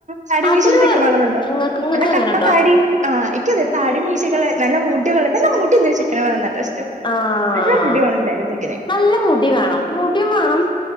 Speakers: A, on the right; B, on the left.
A: താടി
B: അതൊരു
A: മീശിലിൊക്കെ വേണെന്നണ്ടോ
B: ഇങ്ങക്ക് ഇങ്ങക്ക്
A: അല്ലെ
B: അങ്ങനെണ്ടോ
A: കട്ട താടിയും ആഹ് ഇിക്ക അെ താടി മീശകെ നല്ല മൂടി ഒക്കെള്ള നല്ല മൂടി നിന്ന് ചെക്കന വേണം ന ഡ്ര
B: ആഹ്
A: എല്ല കുടിയോണന്തല്ല സെക്ക
B: നല്ല മുടി വേണം മുടിയും വേണം